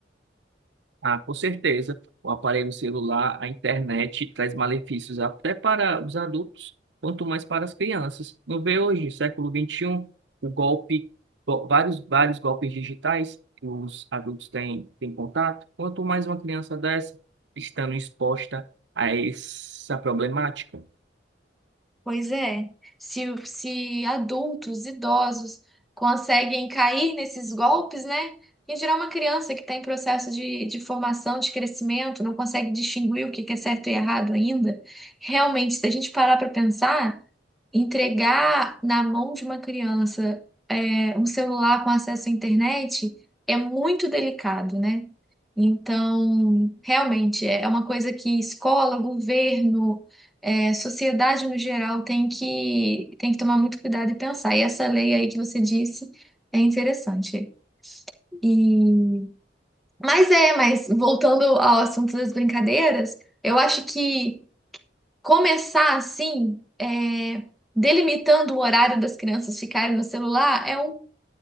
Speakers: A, on the right; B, in the centre.
A: Ah, com certeza. O aparelho celular, a internet traz malefícios até para os adultos, quanto mais para as crianças. Não vê hoje, século XXI, o golpe, go- vários, vários golpes digitais que os adultos têm, têm contato. Quanto mais uma criança dessa estando exposta a essa problemática.
B: Pois é, se, o- se adultos, idosos conseguem cair nesses golpes, né? Em geral, uma criança que está em processo de, de formação, de crescimento, não consegue distinguir o que que é certo e errado ainda. Realmente, se a gente parar para pensar entregar na mão de uma criança é, um celular com acesso à internet é muito delicado, né? Então, realmente, é uma coisa que escola, governo, é, sociedade no geral tem que, tem que tomar muito cuidado e pensar. E essa lei aí que você disse é interessante. E... Mas é, mas voltando ao assunto das brincadeiras, eu acho que começar assim, é, delimitando o horário das crianças ficarem no celular, é um